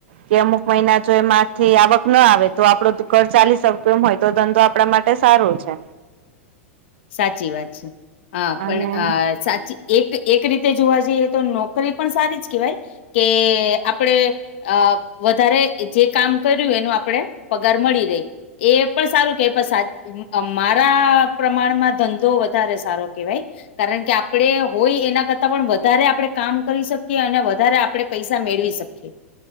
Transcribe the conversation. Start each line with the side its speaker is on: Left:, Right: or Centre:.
Right: કે અમુક મહિના જો એમાંથી આવક ના આવે તો આપડું ઘર ચાલી શકતું એમ હોય તો ધંધો આપણા માટે સારો છે.
Left: સાચી વાત છે, હા પણ
Right: અને
Left: અ સાચી એક એક રીતે જોવા જઈએ તો નોકરી પણ સારી જ કહેવાય, કે આપણેે અ વધારે જે કામ કર્યું એનું આપણેે પગાર મળી રય એ પણ સારું કે પણ સાચું મારા પ્રમાણમાં ધંધો વધારે સારો કેહેવાય. કારણ કે આપડે હોય એના કરતાં પણ વધારે આપડે કામ કરી શકીએ, અને વધારે આપડે પૈસા મેળવી શકીએ.